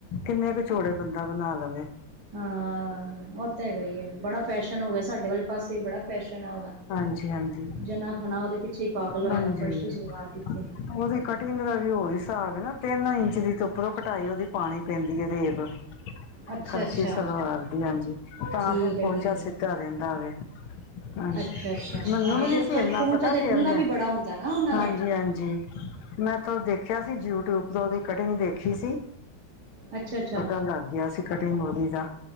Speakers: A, on the left; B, on the right.
A: ਕਿੰਨੇ ਕੁ ਚੋੜੇ ਬੰਦਾ ਬਣਾ ਲਵੇ।
B: ਹਾਂ, ਉਹ ਤਾਂ ਹੈਗਾ ਹੀ ਐ ਬੜਾ ਫੈਸ਼ਨ ਹੋ ਗਿਆ ਸਾਡੇ ਵਾਲੇ ਪਾਸੇ ਬੜਾ ਫੈਸ਼ਨ ਐ ਉਹਦਾ
A: ਹਾਂਜੀ ਹਾਂਜੀ
B: ਜਣਾ ਖਣਾ ਉਹਦੇ ਪਿੱਛੇ ਈ ਪਾਗਲ ਹੋਇਆ
A: ਹਾਂਜੀ
B: ਤਾਂ ਫਰਸ਼ੀ ਸਲਵਾਰ ਪਿੱਛੇ।
A: ਉਹਦੀ ਕਟਿੰਗ ਦਾ ਵੀ ਓਹੀ ਸਾਬ ਐ ਨਾ ਤਿੰਨ ਇੰਚ ਦੀ ਤੇ ਉੱਪਰੋਂ ਕਟਾਈ ਉਹਦੀ ਪਾਣੀ ਪੈਂਦੀ ਐ ਦੇਖਲੋ।
B: ਅੱਛਾ
A: ਫਰਸ਼ੀ
B: ਅੱਛਾ
A: ਸਲਵਾਰ ਦੀ ਹਾਂਜੀ ਤਾਂ
B: ਠੀਕ
A: ਫਿਰ
B: ਹੈ
A: ਪਹੁੰਚਾ
B: ਠੀਕ ਹੈ
A: ਸਿੱਧਾ ਰਹਿੰਦਾ ਵੇ। ਹਾਂਜੀ,
B: ਅੱਛਾ-ਅੱਛਾ
A: ਮੈਨੂੰ
B: ਹਾਂ
A: ਵੀ ਨੀ
B: ਚੋਪਰ
A: ਸੀ ਐਨਾ
B: ਪਹੁੰਚਾ
A: ਪਤਾ
B: ਤੇ
A: ਫਿਰ
B: ਖੁੱਲਾ
A: ਮੈਂ
B: ਵੀ ਬੜਾ ਹੁੰਦਾ ਨਾ ਉਹਨਾਂ
A: ਹਾਂਜੀ
B: ਦਾ
A: ਹਾਂਜੀ। ਮੈਂ ਉਥੋਂ ਦੇਖਿਆ ਸੀ ਯੂਟਿਊਬ ਤੋਂ ਉਹਦੀ ਕਟਿੰਗ ਦੇਖੀ ਸੀ।
B: ਅੱਛਾ ਅੱਛਾ,
A: ਲਾਗਿਆ ਸੀ ਕਟਿੰਗ ਉਹਦੀ ਦਾ